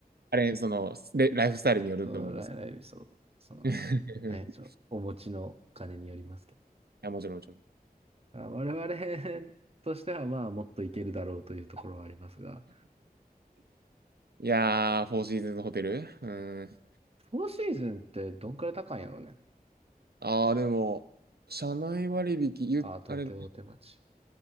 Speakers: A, on the right (about 85°); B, on the right (about 40°).
A: あれ、その、レライフスタイルによると思うんです。
B: その、ライブ、そう、その、
A: <laughs>
B: ね、その、お持ちのお金によりますけど。
A: や、もちろん、もちろん。
B: まあ我々 <laughs> としてはまあもっといけるだろうというところはありますが、
A: いやー、フォーシーズンズホテルうーん。
B: フォーシーズンってどんくらい高いんやろね。
A: あー、でも、社内割引、ゆ、
B: ああ、東京大手町。
A: あれ、